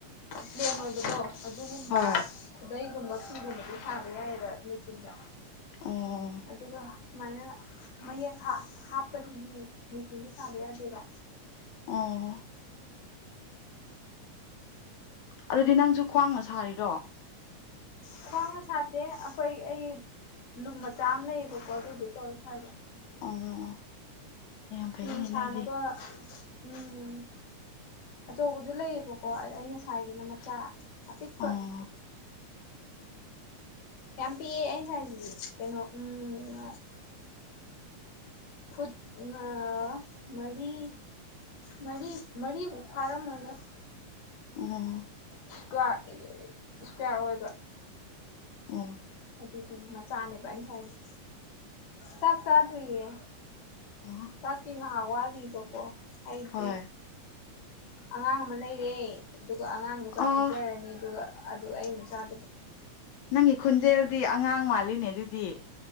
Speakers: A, on the left; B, on the left.
A: ꯄ꯭ꯂꯦꯟ ꯑꯣꯏꯕꯗꯣ ꯑꯗꯨꯒꯨꯝꯕ
B: ꯍꯣꯏ
A: ꯈꯨꯗꯩꯒꯨꯝꯕ ꯐꯤꯒꯨꯝꯕꯗꯤ ꯁꯥꯕ ꯌꯥꯏꯌꯦꯕ ꯃꯦꯆꯤꯟꯗ
B: ꯑꯣ
A: ꯑꯗꯨꯒ ꯁꯨꯃꯥꯏꯅ ꯃꯌꯦꯛ ꯍꯥꯞꯄꯁꯤꯗꯤ ꯃꯦꯆꯤꯟꯗ ꯁꯥꯕ ꯌꯥꯗꯦꯕ
B: ꯑꯣ ꯑꯗꯨꯗꯤ ꯅꯪꯁꯨ ꯈ꯭ꯋꯥꯡꯅ ꯁꯥꯔꯤꯔꯣ
A: ꯈ꯭ꯋꯥꯡꯅ ꯁꯥꯗꯦ ꯑꯩꯈꯣꯏ ꯑꯩ ꯂꯨꯝ ꯃꯆꯥ ꯑꯃ ꯂꯩꯌꯦꯕꯀꯣ ꯑꯗꯨꯗꯣ ꯇꯧꯔ ꯁꯥꯏꯕ
B: ꯑꯣ ꯌꯥꯝ ꯐꯩꯌꯦꯅꯦ
A: ꯐꯤ ꯁꯥꯥꯟꯅꯕ
B: ꯅꯣꯏꯗꯤ
A: ꯎꯝ ꯑꯆꯧꯕꯖꯨ ꯂꯩꯌꯦꯕꯀꯣ ꯑꯩꯅ ꯁꯥꯏꯖꯤꯅ ꯃꯆꯥ ꯑꯄꯤꯛꯄ
B: ꯑꯣ
A: ꯌꯥꯝ ꯄꯤꯛꯑꯦ ꯑꯩ ꯁꯥꯏꯖꯤꯗꯤ ꯀꯩꯅꯣ ꯎꯝ ꯐꯨꯠ ꯃꯥ ꯃꯔꯤ ꯃꯔꯤ ꯃꯔꯤꯕꯨꯛ ꯐꯥꯔꯝꯃꯣꯏꯗ
B: ꯎꯝ
A: ꯏꯁꯀ꯭ꯋꯥꯔ ꯏꯁꯀ꯭ꯋꯥꯔ ꯑꯣꯏꯕ
B: ꯎꯝ
A: ꯑꯗꯨꯗꯨꯅꯦ ꯃꯆꯥꯅꯦꯕ ꯑꯩ ꯁꯥꯏꯖꯦ ꯆꯥꯛ ꯆꯥꯗ꯭ꯔꯤꯌꯦ
B: ꯑꯣ
A: ꯆꯥꯛꯇꯤ ꯉꯍꯥꯛ ꯋꯥꯂꯤꯕꯀꯣ ꯑꯩꯗꯤ
B: ꯍꯣꯏ
A: ꯑꯉꯥꯡ ꯑꯃ ꯂꯩꯔꯦ ꯑꯗꯨꯒ ꯑꯉꯥꯡ ꯑꯗꯨ ꯆꯥꯛ
B: ꯑꯣ
A: ꯄꯤꯖꯔꯅꯤ ꯑꯗꯨꯒ ꯑꯗꯨ ꯑꯩ ꯑꯃꯨꯛ ꯆꯥꯗꯣꯏꯕ
B: ꯅꯪꯒꯤ ꯈꯨꯟꯖꯦꯜꯗꯤ ꯑꯉꯥꯡ ꯃꯥꯜꯂꯤꯅꯦ ꯑꯗꯨꯗꯤ